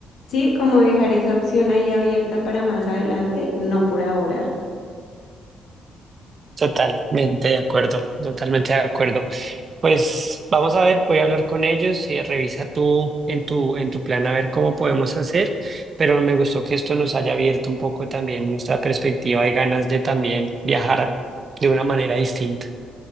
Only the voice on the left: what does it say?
sí, como dejar esa opción ahí abierta para más adelante, no por ahora.